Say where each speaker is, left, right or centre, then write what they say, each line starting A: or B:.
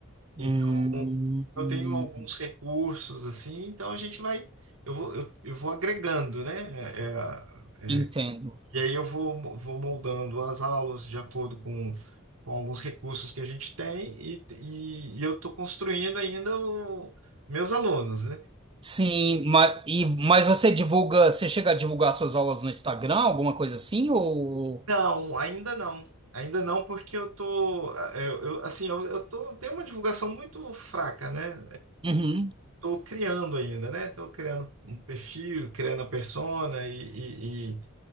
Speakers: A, on the right; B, on the right.
A: Então,
B: Hum,
A: eu
B: hum,
A: tenho alguns recursos assim, então a gente vai, eu vou, eu, eu vou agregando, né? É, é,
B: entendo.
A: e aí eu vou, mo- vou moldando as aulas de acordo com, com alguns recursos que a gente tem e, e, e eu estou construindo ainda o, meus alunos, né?
B: Sim, mas, e, mas você divulga, você chega a divulgar suas aulas no Instagram, alguma coisa assim, ou...
A: Não, ainda não. Ainda não, porque eu tô, é, eu, assim, eu, eu tô, tenho uma divulgação muito fraca, né?
B: Uhum,
A: Estou criando ainda, né? Estou criando um perfil, criando a persona e- e-